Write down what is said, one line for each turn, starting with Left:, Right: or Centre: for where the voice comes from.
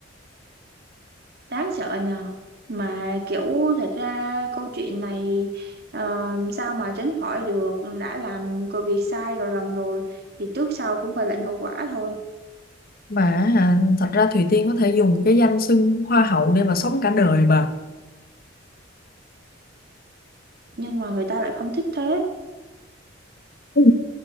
Right: đáng sợ nhờ mà kiểu thật ra câu chuyện này ờ, sao mà tránh khỏi được đã làm cái việc sai rồi lầm rồi thì trước sau cũng phải lãnh hậu quả thôi
Left: mà à, thật ra Thùy Tiên có thể dùng cái danh xưng hoa hậu để mà sống cả đời mà
Right: nhưng mà người ta lại không thích thế
Left: Ừ.